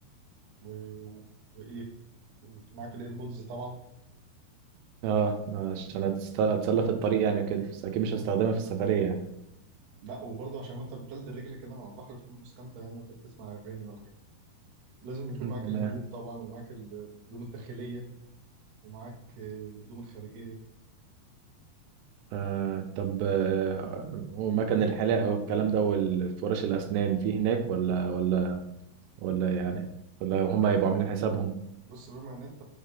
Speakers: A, on the right (about 70°); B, on the right (about 80°).
A: و... وإيه ومعاك الإيربودز طبعا
B: اه عشان أتست- اتسلى في الطريق يعني وكده بس اكيد مش هستخدمها في السفريه يعني
A: لا وبرضه عشان وانت بتلد رجلك كده مع البحر تكون مستمتع يعني وانت بتسمع اغاني ولا حاجه لازم يكون
B: <laughs>
A: معاك
B: تمام
A: الهدوم طبعا ومعاك ال- الهدوم الداخليه ومعاك آه، الهدوم الخارجيه
B: آه طب آه ومكان الحلاقة والكلام ده والفرش الأسنان في هناك ولا ولا ولا يعني ولا هما يبقوا عاملين حسابهم
A: بص بما ان انت